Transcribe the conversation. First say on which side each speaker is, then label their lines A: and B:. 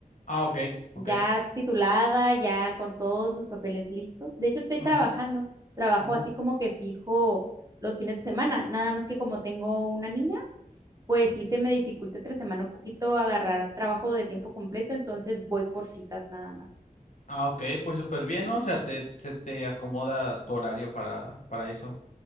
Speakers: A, on the left (about 60°); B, on the right (about 25°).
A: Ah, ok,
B: ya
A: ok.
B: titulada, ya con todos los papeles listos. De hecho, estoy
A: Ujú,
B: trabajando, trabajo
A: ujú.
B: así como que fijo los fines de semana, nada más que como tengo una niña, pues sí se me dificulta entre semana un poquito agarrar trabajo de tiempo completo, entonces voy por citas nada más.
A: Ah, ok, pues súper bien, ¿no? O sea, te, se te acomoda tu horario para, para eso.